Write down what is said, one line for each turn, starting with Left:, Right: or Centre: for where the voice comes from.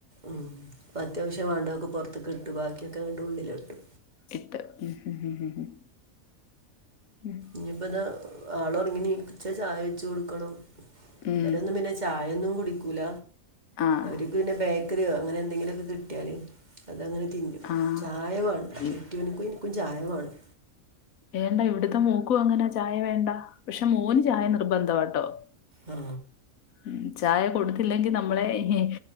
Right: ഉം പ്പ അത്യാവശ്യം വേണ്ടൊക്കെ പൊറത്ത്ക്കിട്ടു ബാക്കിയൊക്കെ ങ്ങണ്ട് ഉള്ളിലിട്ടു.
Left: ഇട്ട് മ് മ് മ് മ് മ് മ്
Right: ഞ്ഞിപ്പതാ ആളൊറങ്ങിണീച്ച ചായ വെച്ച് കൊടുക്കണം
Left: ഉം
Right: ഇവരൊന്നും പിന്നെ ച് ചായൊന്നും കുടിക്കൂല?
Left: ആഹ്
Right: വര്ക്ക് പിന്നെ ബേക്കറിയോ അങ്ങനെ എന്തെങ്കിലൊക്കെ കിട്ടിയാല് അതങ്ങനെ തിന്നും.
Left: ആഹ്
Right: ചായ വേണം
Left: ഈ
Right: കെട്ടിയോനുക്കും ഇൻ ക്കും ചായ വേണം.
Left: വേണ്ടാ ഇവിടത്തെ മോക്കും അങ്ങനാ ചായ വേണ്ട പക്ഷെ മോന് ചായ നിർബന്ധവാട്ടോ?
Right: ഉം
Left: ഉം ചായ കൊട്ത്തില്ലെങ്കി നമ്മളെ ഹി